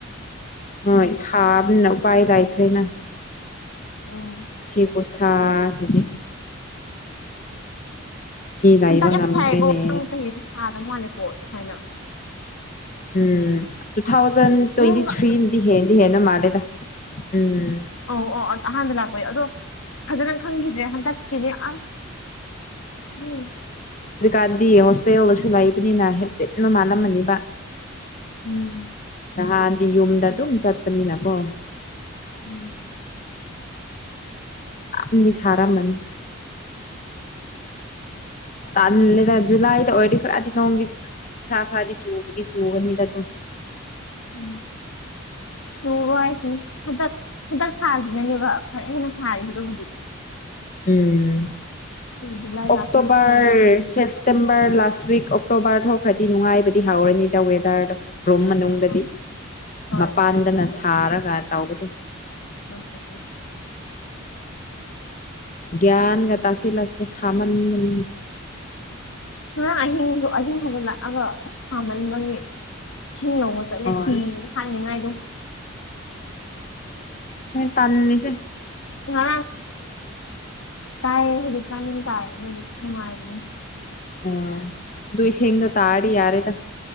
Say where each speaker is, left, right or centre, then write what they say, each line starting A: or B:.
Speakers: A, on the left (about 40°); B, on the left (about 70°).
A: ꯍꯣꯏ ꯁꯥꯕꯅꯤꯅ ꯥꯏ ꯂꯩꯥꯏꯇ꯭ꯔꯦꯅ
B: ꯎꯝ
A: ꯁꯤꯈꯨꯁꯥꯖꯤꯅꯤ ꯂꯩꯕ
B: ꯍꯟꯇꯛ ꯌꯥꯝ
A: ꯉꯝꯗ꯭ꯔꯦꯅꯦ
B: ꯁꯥꯏꯀꯣ ꯅ ꯆꯍꯤꯗꯤ ꯁꯥꯗꯕ ꯃꯥꯜꯂꯦꯀꯣ ꯁꯨꯃꯥꯏꯅ
A: ꯎꯝ ꯇꯨ ꯊꯥꯎꯖꯟ ꯇ꯭ꯋꯦꯟꯇꯤ
B: ꯅꯣꯡꯒ
A: ꯊ꯭ꯔꯤꯗꯤ ꯍꯦꯟꯗꯤ ꯍꯦꯟꯅ ꯃꯥꯜꯂꯦꯗ ꯎꯝ
B: ꯑ ꯑ ꯑꯍꯥꯟꯕ ꯂꯥꯛꯄꯌ ꯑꯗꯣ ꯐꯖꯅ ꯈꯪꯈꯤꯗ꯭ꯔꯦ ꯍꯟꯗꯛꯀꯤꯅꯦ ꯑꯁ ꯎ
A: ꯥꯟꯗꯤ ꯍꯣꯁꯇꯦꯜꯗꯁꯨ ꯂꯩꯕꯅꯤꯅ ꯍꯦꯠꯆꯦꯠ ꯑꯃ ꯃꯥꯜꯂꯝꯃꯅꯤꯕ
B: ꯎꯝ
A: ꯅꯍꯥꯟꯗꯤ ꯌꯨꯝꯗ ꯑꯗꯨꯝ ꯆꯠꯄꯅꯤꯅꯀꯣ
B: ꯑ
A: ꯑꯗꯤ ꯁꯔꯥ ꯃꯅꯤ ꯑꯗ ꯖꯨꯂꯥꯏꯗ ꯑꯣꯏꯔꯗꯤ ꯈꯔꯗꯤ ꯅꯣꯡꯗꯤꯗꯤ ꯈꯔ ꯈꯔꯗꯤ ꯆꯨꯕꯗꯤ ꯆꯨꯒꯅꯤꯗ ꯑꯗꯨꯝ
B: ꯎꯝ ꯁ ꯍꯥꯏꯁ ꯑꯗ ꯈꯨꯗꯛ ꯁꯥꯁꯤꯅꯅꯦꯕ ꯈꯔ ꯍꯦꯟꯅ ꯁꯥꯔꯤ ꯍꯥꯏꯗꯕꯨꯗꯤ
A: ꯎꯝ
B: ꯖꯨꯂꯥꯏ
A: ꯑꯣꯀꯛꯇꯣꯕꯔ
B: ꯂꯥꯛꯈ꯭ꯔꯗꯤ ꯈꯔꯗꯤ ꯐꯔꯅꯤ
A: ꯁꯞꯇꯦꯦꯝꯕꯔ ꯂꯥꯁ ꯂꯥꯁ ꯋꯤꯛ ꯑꯣꯛꯇꯣꯕꯔ ꯊꯣꯛꯈ꯭ꯔꯗꯤ ꯅꯨꯡꯉꯥꯏꯕꯗꯤ ꯍꯧꯥꯎꯔꯅꯤꯗ ꯋꯦꯗꯔꯗꯣ ꯭ꯔꯨꯝ ꯃꯅꯨꯡꯗꯗꯤ
B: ꯑꯣ ꯑꯣ ꯍꯣꯏ
A: ꯃꯄꯥꯟꯗꯅ ꯁꯥꯔꯒ ꯇꯥꯎꯕꯗꯨ
B: ꯎꯝ <unintelligible>
A: ꯒꯌ꯭ꯥꯟꯒ ꯇꯁꯤꯦ ꯂꯥꯛꯇ꯭ꯔ ꯁꯃꯅ ꯃꯅꯤ
B: ꯉꯔꯥꯡ ꯑꯍꯤꯡꯗꯣ ꯑꯍꯤꯡ ꯍꯧꯕ ꯂꯥꯛꯑꯒꯞ ꯁꯥꯃꯟꯕꯒꯤ ꯁꯤꯡꯧꯕ ꯆꯠꯂꯦ
A: ꯍꯣꯏ
B: ꯐꯤ ꯍꯥꯏꯅꯤꯡꯉꯥꯏꯗꯣ
A: ꯇꯥꯟꯅꯤꯁꯤꯦ
B: ꯉ ꯀꯌꯦ ꯍꯧꯖꯤ꯭ꯔꯃꯤ ꯀꯥꯏꯑ ꯅꯔꯤ ꯃꯥꯗꯅꯦ
A: ꯑꯝ ꯗꯨꯏꯁꯤꯡꯦꯡꯗ ꯇꯥꯔ ꯌꯥꯔꯦꯗ